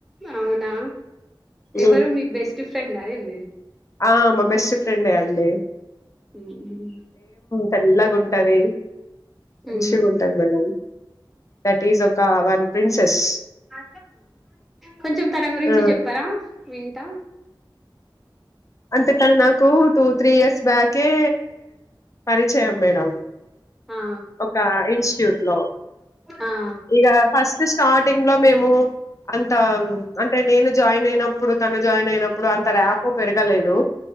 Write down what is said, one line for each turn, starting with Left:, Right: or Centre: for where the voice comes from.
Centre: అవునా
Left: హ్మ్.
Centre: ఎవరు మీ బెస్ట్ ఫ్రెండ ఏంది.
Left: ఆ మా బెస్ట్ ఫ్రెండే అండి.
Centre: ఉహు
Left: తెల్లగా ఉంటది. మంచిగా
Centre: ఉమ్
Left: ఉంటంది. మేడం దట్ ఈస్ ఒక వన్ ప్రిన్సెస్
Centre: ఆ కొంచం తన గురించి
Left: ఆ!
Centre: చెప్పారా వింటా
Left: అంటే తను నాకు టూ త్రీ ఇయర్స్ బ్యాకే పరిచయం మేడం
Centre: ఆ
Left: ఒక ఇన్స్టిట్యూట్ లో
Centre: ఆ
Left: ఇగ ఫస్ట్ స్టార్టింగ్ లో మేము అంత అంటే నేను జాయిన్ అయినప్పుడు తను జాయిన్ అయినప్పుడు అంత ర్యాపో పెరగలేదు.